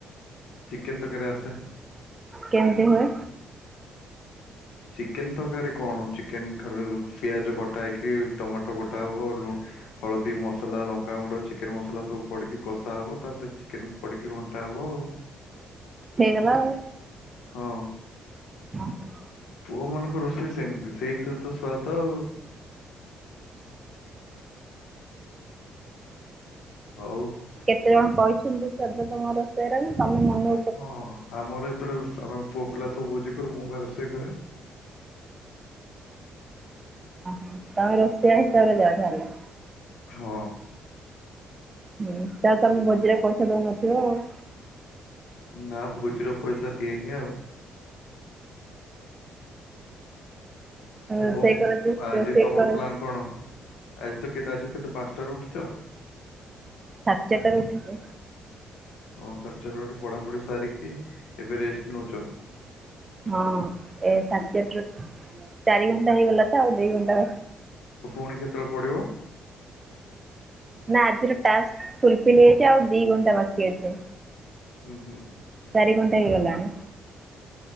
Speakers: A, on the left; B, on the right.
A: ଚିକେନ୍ ତରକାରୀ ଆସେ।
B: କେମ୍ ତି ହୁଏ?
A: ଚିକେନ୍ ତରକାରୀ କଣ? ଚିକେନ୍ ଖାଲି ପିଆଜ କଟା ହେଇକି, ଟମାଟୋ କଟା ହବ, ଲୁଣ୍ ହଳଦୀ, ମସଲା, ଲଙ୍କାଗୁଣ୍ଡ, ଚିକେନ ମସଲା, ସବୁ ପଡିକି କଷା ହବ ତାପରେ ଚି ଚିକେନ୍ ପଡିକି ଘଣ୍ଟା ହବ ଆଉ।
B: ହେଇଗଲା ଆଉ।
A: ହଁ।
B: ଅ ହ।
A: ପୁଅ ମାନଙ୍କ ରୋଷେଇ ସେମ୍ ତି। ସେଇଥିରେ ତ ସୁଆଦ ଆଉ। ହଉ।
B: କେତେ ଜଣ କହିଛନ୍ତି ସ୍ୱାଦ ତମ ରୋଷେଇରେ ନା? ତମେ ମନୁ
A: ହଁ, ଆମର ଯେତବେଳେ <unintelligible> ପୁଅ ପିଲା ସବୁ ଭୋଜି କରୁ, ମୁଁ ବା ରୋଷେଇ କରେ।
B: ଅହ, ତମେ ରୋଷେଇଆ ହିସାବରେ ଯାଅ ତାହଲେ?
A: ହଁ।
B: ହୁଁ, ତାହାଲେ ତମେ ଭୋଜିରେ ପଇସା ଦଉନଥିବ ଆଉ?
A: ନା, ଭୋଜିର ପଇସା ଦିଏନି ଆଉ।
B: ରୋଷେଇ
A: ହଉ
B: କର ଯେ
A: ଆଜି
B: ରୋଷେଇ
A: ତମର
B: କର
A: ପ୍ଲାନ କଣ, ଆଜି ତ କେତ୍ ଆଜି କେତେ ପାଞ୍ଚଟାରେ ଉଠିଚ?
B: ସାଢେ୍ ଚାରିଟାରୁ ଉଠିଚି।
A: ହଁ, ସାଢେ ଚାରିରୁ ଉଠିକି, ପଢାପଢି ସାରିକି, ଏବେ ରେଷ୍ଟ୍ ନଉଚ?
B: ହଁ, ଏ ସାଢେଚାଟାରୁ, ଚାରି ଘଣ୍ଟା ହେଇଗଲା ତ, ଆଉ ଦି ଘଣ୍ଟା
A: ଫୁଣି କେତେବେଳେ ପଢିବ?
B: ନା ଆଜିର ଟାକ୍ସ ଫୁଲଫିଲ୍ ହେଇଚି, ଆଉ ଦି ଘଣ୍ଟା ବାକି ଅଛି।
A: ହୁଁ ହୁଁ।
B: ଚାରି ଗଣ୍ଟେ ହେଇଗଲାଣି।